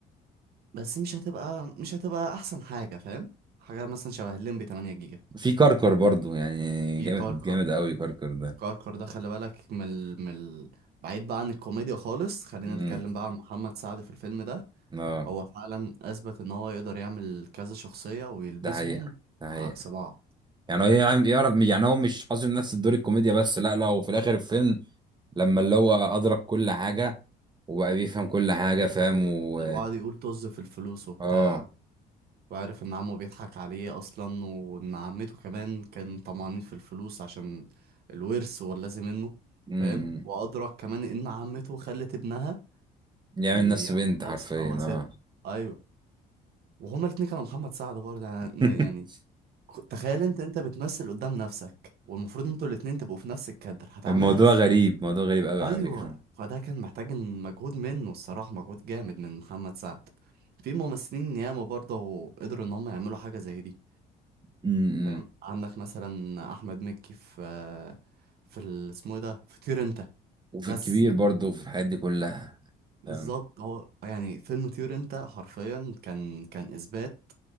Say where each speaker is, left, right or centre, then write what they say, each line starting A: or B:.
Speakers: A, on the right; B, on the right.
A: بس مش هتبقى مش هتبقى احسن حاجة فاهم حاجة مثلا شبه الليمبي 8 جيجا
B: في كركر برضه يعني
A: في
B: جامد
A: كركر
B: جامد قوي كركر ده
A: كركر ده خلي بالك من ال... من ال... بعيد بقى عن الكوميديا خالص خلينا
B: امم
A: نتكلم بقى عن محمد سعد في الفيلم ده
B: اه
A: هو فعلا اثبت ان هو يقدر يعمل كذا شخصية ويلبسهم
B: ده حقيقة ده حقيقة
A: عكس بعض
B: يعني هي يعني
A: فاهم؟
B: يعرف يعني هو مش حاصل نفس الدور الكوميديا بس لا لا وفي الاخر الفيلم لما اللي هو ادرك كل حاجه وبقى بيفهم كل حاجه فاهم و
A: وقعد يقول طز في الفلوس وبتاع
B: اه
A: وعارف ان عمه بيضحك عليه اصلا وان عمته كمان كان طمعانين في الفلوس عشان الورث واللازم منه
B: امم
A: فاهم وادرك كمان ان عمته خلت ابنها
B: يعمل
A: يعمل
B: نفسه بنت حرفيا
A: نفسه ان هو
B: اه
A: ست ايوه وهما الاتنين كانوا محمد سعد برضه يعني
B: <laughs>
A: يعني خ- تخيل انت انت بتمثل قدام نفسك والمفروض انتوا الاتنين تبقوا في نفس الكادر هتعملها
B: الموضوع
A: ازاي
B: غريب موضوع غريب قوي
A: ايوه
B: على فكره
A: فده كان محتاج إن مجهود منه الصراحه مجهود جامد من محمد سعد في ممثلين ياما برضه قدروا ان هم يعملوا حاجه زي دي
B: امم
A: فاهم عندك مثلا احمد مكي في في ال- اسمه ايه ده في طير انت
B: وفي
A: بس
B: الكبير برضه وفي الحاجات دي كلها
A: بالظبط
B: فاهم
A: هو يعني فيلم طير انت حرفيا كان كان اثبات